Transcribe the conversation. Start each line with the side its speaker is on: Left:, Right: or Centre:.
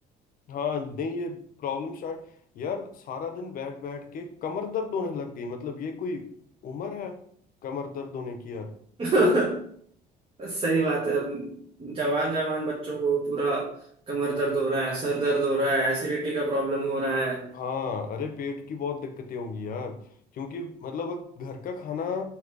Left: हाँ नहीं ये प्रॉब्लम स्टार्ट यार सारा दिन बैठ बैठ के कमर दर्द होने लग गई मतलब ये कोई उम्र है कमर दर्द होने की यार
Right: <laughs> सही बात है अब जवान जवान बच्चों को पूरा कमर दर्द हो रहा है सर दर्द हो रहा है एसिडिटी का प्रॉब्लम हो रहा है
Left: हाँ अरे पेट की बहुत दिक्कतें होंगी यार क्योंकि मतलब अब घर का खाना